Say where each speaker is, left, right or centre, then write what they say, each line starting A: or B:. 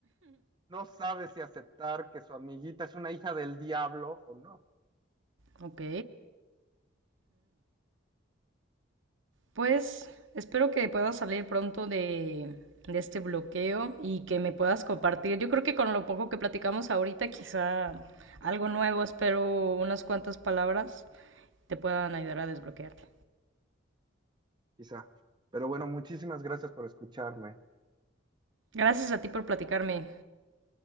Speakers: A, on the right (about 25°); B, on the right (about 70°).
A: No sabe si aceptar que su amiguita es una hija del diablo o no,
B: Ok. Pues espero que puedas salir pronto de, de este bloqueo y que me puedas compartir. Yo creo que con lo poco que platicamos ahorita, quizá algo nuevo, espero unas cuantas palabras te puedan ayudar a desbloquearte.
A: quizá. Pero bueno, muchísimas gracias por escucharme.
B: Gracias a ti por platicarme.